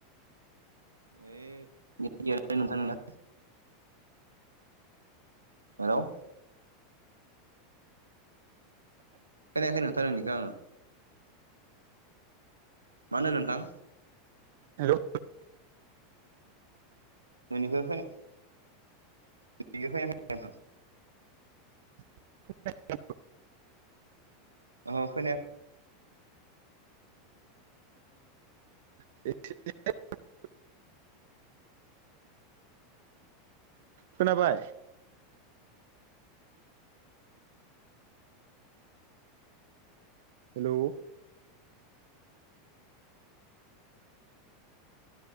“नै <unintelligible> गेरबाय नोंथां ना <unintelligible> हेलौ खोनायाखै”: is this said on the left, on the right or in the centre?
Right